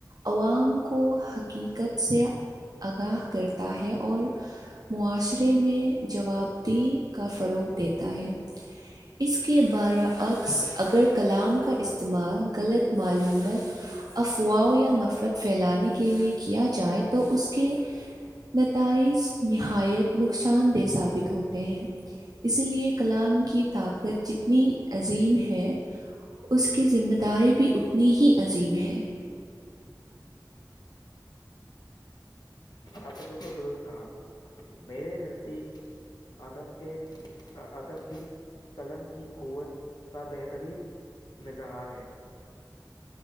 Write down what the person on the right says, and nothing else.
عوام کو حقیقت سے آگاہ کرتا ہے اور معاشرے میں جواب دیی کا فروغ دیتا ہے اس کے برعکس اگر کلام کا استعمال غلط معلومات افواہ یا نفرت پھیلانے کے لیے کیا جائے تو اس کے نتائج نہایت نقصان دہ ثابت ہوتے ہیں اسی لیے کلام کی طاقت جتنی عظیم ہے اس کی ذمہ داری بھی اتنی ہی عظیم ہے